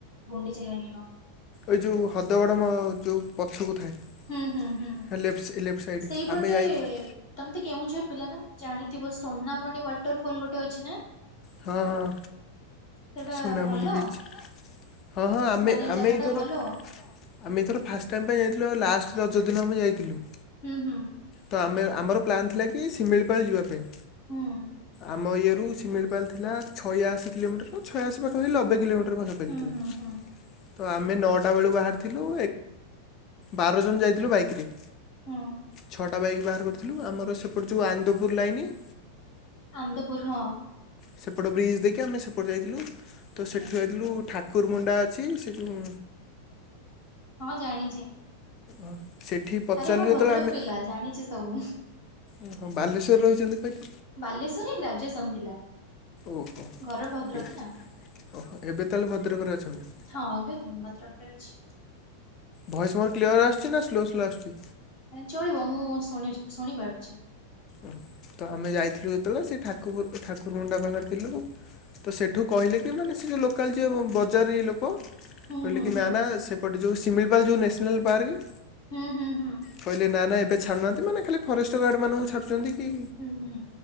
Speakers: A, on the left; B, on the left.
A: ଗୁଣ୍ଡିଚାଘାଇ ନୁହଁ।
B: ଏଇ ଯୋଉ ହଦଗଡ ମ ଯୋଉ ପଛକୁ ଥାଏ।
A: ହୁଁ ହୁଁ ହୁଁ
B: ଲେ ଲେଫ୍ଟ ସାଇଡ
A: ସେଇପଟେ
B: ଆମେ ଯାଇଛୁ।
A: ତମେ ତ କେଉଁଝର ପିଲା ନା ତମେ ଜାଣିଥିବ ସୋନାମଣି ୱାଟରଫଲ ଗୋଟେ ଅଛି ନା?
B: ହଁ ହଁ।
A: ସେଟା
B: ସୁନାମୁନି
A: ଭଲ?
B: ବିଚ୍ ହଁ ହଁ ଆମେ
A: ମାନେ
B: ଆମେ
A: ଜାଗା
B: ଏଇଥର
A: ଟା ଭଲ
B: ଆମେ ଏଥର ଫାଷ୍ଟ ଟାଇମ୍ ପାଇଁ ଯାଇଥିଲୁ ଆଉ ଲାଷ୍ଟ ରଜଦିନ ଆମେ ଯାଇଥିଲୁ।
A: ହୁଁ ହୁଁ।
B: ତ ଆମେ ଆମର ପ୍ଲାନ୍ ଥିଲା କି ସିମିଳିପାଳ ଯିବା ପାଇଁ
A: ହୁଁ
B: ଆମ ଇଏରୁ ସିମିଳିପାଳ ଥିଲା ଛୟାଅଶୀ କିଲୋମିଟର ଛୟାଅଶୀ ପାଖାପଖି ନବେ କିଲୋମିଟର ପାଖାପାଖି
A: ହୁଁ
B: ଥିଲା।
A: ହୁଁ ହୁଁ
B: ତ ଆମେ ନଅଟା ବେଳୁ ବାହାରିଥିଲୁ ବାର ଜଣ ଯାଇଥିଲୁ ବାଇକରେ
A: ହୁଁ
B: ଛଅଟା ବାଇକ୍ ବାହାର କରିଥିଲୁ ଆମର ସେପଟେ ଯେଉଁ ଆନ୍ଦପୁର ଲାଇନ
A: ଆନ୍ଦପୁର ହଁ।
B: ସେପଟ ବ୍ରିଜ୍ ଦେଇକି ଆମେ ସେପଟେ ଯାଇଥିଲୁ ତ ସେଠୁ
A: ଆଚ୍ଛା
B: ଯାଇଥିଲୁ ଠାକୁର ମୁଣ୍ଡା ଅଛି ସେଠୁଁ
A: ହଁ ଜାଣିଛି।
B: ଅ ସେଠି ପଚାରିଲୁ
A: ଆରେ ମୁଁ ଭଦ୍ରକ
B: ଯେତେବେଳେ ଆମେ
A: ପିଲା ଜାଣିଛି ସବୁ।
B: ଓହୋ ବାଲେଶ୍ୱରରେ ରହିଛନ୍ତି କହିଲେ
A: ବାଲେଶ୍ଵରରେ ଗ୍ରାଜୁଏସନ ଥିଲା
B: ଓହୋ
A: ଘର ଭଦ୍ରକ
B: ଏବେ
A: ନା।
B: ଓହୋ ଏବେ ତାହେଲେ ଭଦ୍ରକରେ ଅଛନ୍ତି?
A: ହଁ ଏବେ ଭଦ୍ରକରେ ଅଛି।
B: ଭଏସ୍ ମୋର କ୍ଲିୟର ଆସୁଛି ନା ସ୍ଲୋ ସ୍ଲୋ ଆସୁଛି?
A: ଚଳିବ ମୁଁ ଶୁଣି ଶୁଣି ପାରୁଛି।
B: ଓ ତ ଆମେ ଯାଇଥିଲୁ ଯେତେବେଳେ ସେ ଠାକୁ ଠାକୁର ମୁଣ୍ଡା ପାଖରେ ଥିଲୁ। ତ ସେଠୁ କହିଲେ କି ମାନେ ସେ ଯେଉଁ ଲୋକାଲ ଯି ବଜାର ଲୋକ
A: ହୁଁ
B: କହିଲେ
A: ହୁଁ
B: କି
A: ହୁଁ
B: ନା ନା ସେପଟେ ଯେଉଁ ସିମିଳିପାଲ ଯେଉଁ ନ୍ୟାସନାଲ୍ ପାର୍କ
A: ହୁଁ ହୁଁ ହୁଁ।
B: କହିଲେ ନା ନା ଏବେ ଛାଡୁନାହାନ୍ତି ମାନେ ଖାଲି ଫରେଷ୍ଟ ଗାର୍ଡ ମାନଙ୍କୁ ଛାଡୁଛନ୍ତି।
A: ହୁଁ ହୁଁ।